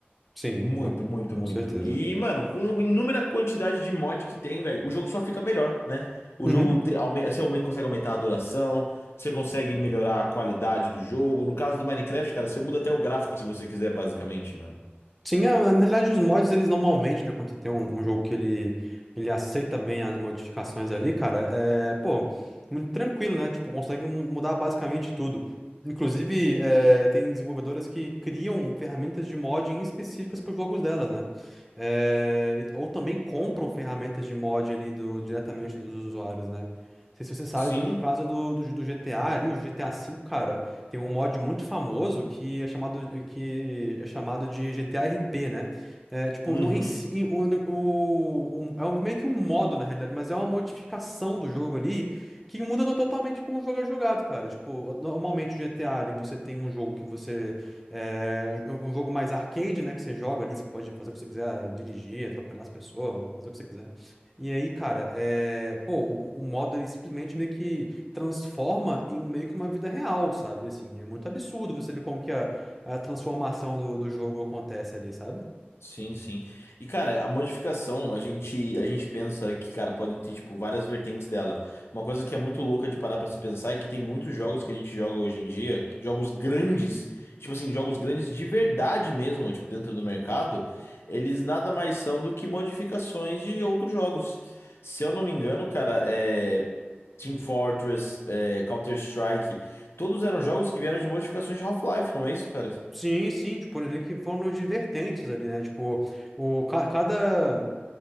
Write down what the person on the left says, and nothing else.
Muito,
muito,
muito.
E, mano, com inúmera quantidade de mod que tem, velho, o jogo só fica melhor, né? O
jogo te, aume- você aume- consegue aumentar a duração, você consegue melhorar a qualidade do jogo. No caso do Minecraft, cara, você muda até o gráfico se você quiser, basicamente, mano.
Sim.
Uhum.
Sim, sim. E, cara, a modificação, a gente, a gente pensa que, cara, podem ter, tipo, várias vertentes dela. Uma coisa que é muito louca de parar pra se pensar é que tem muitos jogos que a gente joga hoje em dia, jogos grandes, tipo assim, jogos grandes de verdade mesmo, tipo, dentro do mercado, eles nada mais são do que modificações de outros jogos. Se eu não me engano, cara, é... Team Fortress, é... Counter-Strike, todos eram jogos que vieram de modificações de Half-Life, não é isso, cara?